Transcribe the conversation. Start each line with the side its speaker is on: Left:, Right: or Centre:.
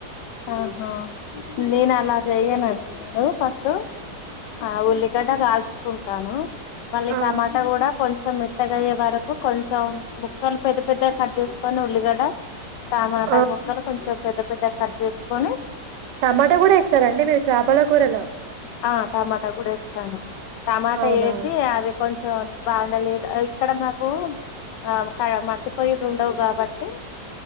Left: ఆహా నేను అలా చెయనండి నేను ఫస్ట్ ఆ ఉల్లిగడ్డ కాల్చుకుంటాను మళ్ళీ
Right: ఆ
Left: టమాటా కూడా కొంచెం మెత్తగయ్యే వరకు కొంచెం ముక్కలు పెద్ద పెద్ద కట్ గ చేసుకొని ఉల్లిగడ్డ టమాటా
Right: ఆ
Left: ముక్కలు కొంచెం పెద్ద పెద్దగ కట్ చేసుకొని
Right: టమాటో కూడా వేస్తారండి మీరు చేపల కూరలో
Left: ఆ టమాటా కూడా వేస్తాను టమాటా
Right: అవునా
Left: వేసి అవి కొంచెం బాగుండాలెడ్ ఇక్కడ మాకు ఆ మకాడ మట్టి పొయ్యిలు ఉండవు కాబట్టి